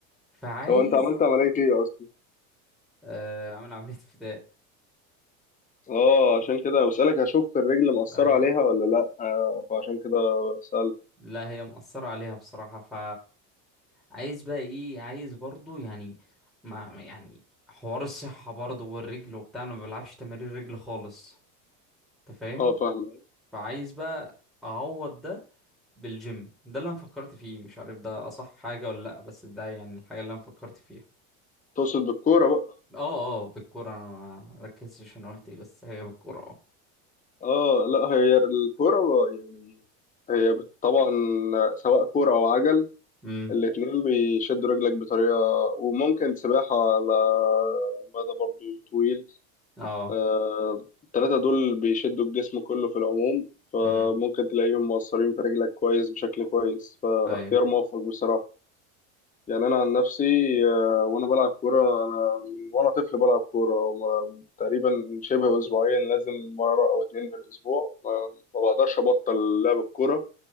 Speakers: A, in the centre; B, on the left.
A: فعايز
B: هو انت عملت عمليه ايه اصلا
A: آه، أعمل عملية <laughs> فداء
B: اه عشان كده أنا بسالك اشوف الرجل مأثره
A: أي
B: عليها ولا لا آه فعشان كده سالت
A: لا هي مأثرة عليها بصراحة ف عايز بقى إيه عايز برضو يعني ما ما- يعني حوار الصحة برضو والرجل وبتاع أنا ما بلعبش تمارين رجل خالص أنت فاهم
B: اه فاهمك
A: فعايز بقى أعوض ده بالجيم ده اللي أنا فكرت فيه مش عارف ده أصح حاجة ولا لأ بس ده يعني الحاجة اللي أنا فكرت فيها
B: تقصد بالكوره بقى
A: اه اه بالكورة أنا ما ركزتش أنا قلت إيه بس هي بالكورة اه
B: اه لا هي الكوره بقى يعني هي بت- طبعا آه، سواء كوره او عجل
A: أمم.
B: الاتنين بيشدوا رجلك بطريقة وممكن سباحة على مدى برضو طويل
A: اه
B: آه، التلاتة دول بيشدوا الجسم كله في العموم فممكن
A: امم
B: تلاقيهم مؤثرين في رجلك كويس بشكل كويس فاختيار
A: اي
B: موفق بصراحة يعني أنا عن نفسي آه، وأنا بلعب كورة أنا من وأنا طفل بلعب كورة وما- تقريبا شبه أسبوعيا لازم مرة أو اتنين في الأسبوع ما ما بقدرش أبطل لعب الكورة